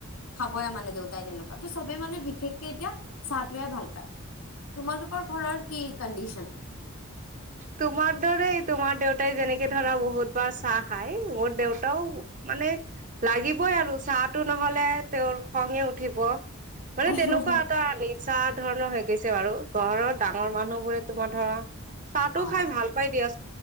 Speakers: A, on the left; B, on the right.
A: খাবয়ে মানে দেউতাই তেনেকুৱা ত চবে মানে বিশেষকে এতিয়া চাহটোৱে ভাল পায় তোমালোকৰ ঘৰৰ কি কণ্ডিশন
B: তোমাৰ দৰে তোমাৰ দেউতাই যেনেকে ধৰা বহুত বাৰ চাহ খাই মোৰ দেউতাও মানে লাগিবই আৰু চাহটো নহলে তেওঁৰ খঙে উঠিব
A: অ
B: মানে তেনেকুৱা এটা চ্ চাহ ধৰণৰ হৈ গৈছে বাৰু ঘৰৰ ডাঙৰ মানুহ বোৰে তোমাৰ ধৰা চাহো খাই
A: অ
B: ভাল পাই দিয়া